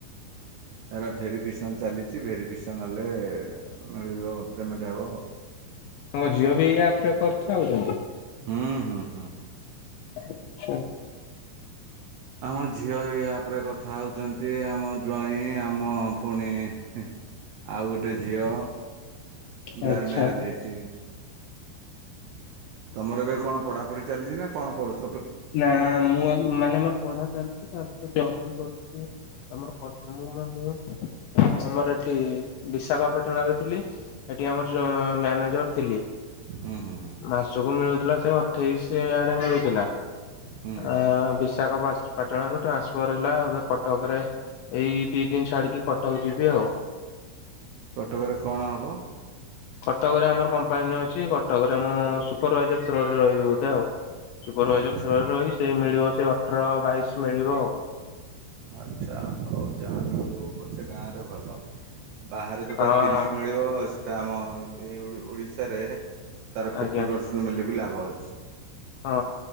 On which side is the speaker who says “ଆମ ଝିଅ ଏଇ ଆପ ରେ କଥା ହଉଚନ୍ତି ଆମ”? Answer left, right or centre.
Right